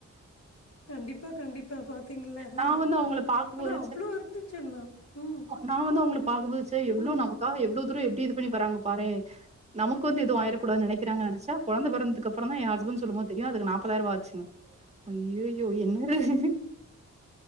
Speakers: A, on the left; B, on the right.
A: கண்டிப்பா கண்டிப்பா பாத்தீங்கள்ள
B: நான்
A: ஆ
B: வந்து அவங்கள பாக்கும்போது,
A: ஆனா அவ்ளோ இருந்துச்சு மேம் ம்
B: நா வந்து அவுங்கள பாக்கு போது சே எவ்ளோ
A: ம்
B: நமக்காக எவ்ளோ தூரோ எப்டி இது பண்ணி வறாங்க பாறே நமக் வந்து எதுவு ஆயிர கூடாது நெனைக்கறாங்க நெனச்சா கொழந்த பொறந்தத்க்கு அப்புற தா எ ஹஸ்பன்ட் சொல்லு போது தெரியு அதுக்கு நா முப்பதாய ரூவா ஆச்சின்னு அய்யயோ என்னடா இது